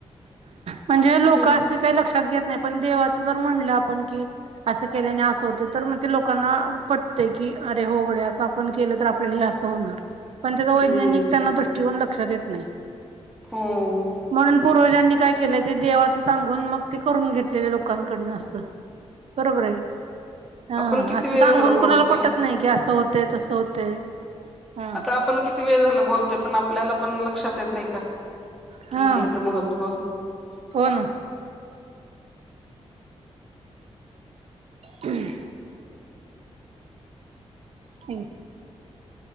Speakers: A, on the right; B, in the centre.
A: म्हणजे लोक
B: हेच
A: असे काही लक्षात घेत नाही पण देवाच जर म्हणलं आपण की, अस केलं असं होत, तर मग ते लोकांना पटतेय की. अरे हो गडे असं आपण केलं, तर आपल्याला हे असं होणार. पण त्याचा वैज्ञानिक
B: हम्म
A: त्यांना दृष्टिकोन लक्षात येत नाही.
B: हो
A: म्हणून पूर्वजांनी काय केलं ते देवाचं सांगून मग ते करून घेतलेलं लोकांकडनं असं बरोबर आहे. हा
B: आपण किती
A: असं
B: वेळ
A: सांगून
B: झालं बोलतोय
A: कुणाला पटत नाही, की असं होत. होतंय, होते तसं होतय हा
B: आता आपण किती वेळ झाल बोलतो. पण आपल्याला पण लक्षात येतेय का? की
A: हा
B: ह्याच महत्त्व.
A: हो ना हम्म. हम.